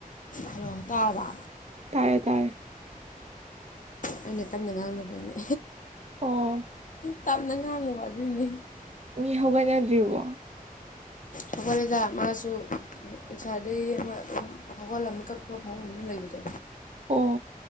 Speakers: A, on the left; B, on the right.
A: ꯍꯜꯂꯣ ꯇꯥꯔꯕ
B: ꯇꯥꯔꯦ ꯇꯥꯔꯦ
A: ꯑꯩꯅ ꯇꯞꯅꯥ ꯉꯥꯡꯅꯕꯩꯅꯤ
B: ꯑꯣ꯫
A: ꯇꯞꯅ ꯉꯥꯡꯉꯨꯕ ꯑꯗꯨꯏꯅꯦ꯫
B: ꯃꯤ ꯍꯧꯒꯥꯏꯅꯗ꯭ꯔꯤꯕꯣ꯫
A: ꯍꯧꯒꯜꯂꯦꯗ ꯃꯥꯁꯨ ꯉꯁꯥꯏꯗꯒꯤ ꯑꯃ ꯍꯧꯒꯜ ꯑꯃ ꯃꯤꯀꯞ ꯊꯣꯛꯑꯒꯥ ꯐꯃꯨꯡ ꯂꯩꯕꯗꯣ꯫
B: ꯑꯣ꯫